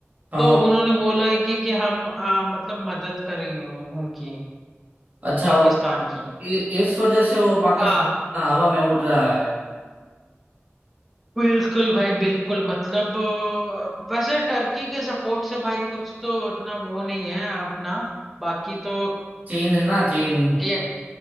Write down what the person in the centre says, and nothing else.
तो उन्होंने बोला है कि कि हम आ, मतलब मदद करेंगे उन- उनकी
पाकिस्तान की
हाँ
बिल्कुल भाई बिल्कुल मतलब अ, वैसे टर्की के सपोर्ट से भाई कुछ तो उतना वो नहीं है अपना बाकी तो
ये